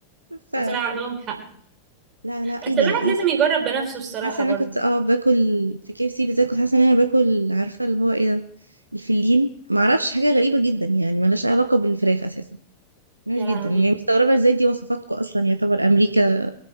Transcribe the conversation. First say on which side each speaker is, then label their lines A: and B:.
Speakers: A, on the right; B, on the right.
A: ف
B: وطلع عندهم حق
A: لا لا
B: بس
A: ايه ده
B: الواحد
A: ايه
B: لازم
A: ده
B: يجرب بنفسه الصراحة
A: حاسه إن
B: برضه
A: انا كنت اه باكل في كي اف سي بالذات كنت حاسه ان انا باكل عارفه اللي هو ايه ده الفلين ما اعرفش حاجه غريبه جدا يعني ملهاش أي علاقه بالفراخ اساسا ملهاش
B: يا
A: جدا
B: لهوي
A: يعني مستغربه ازاي دي وصفاتكم اصلا يعتبر امريكا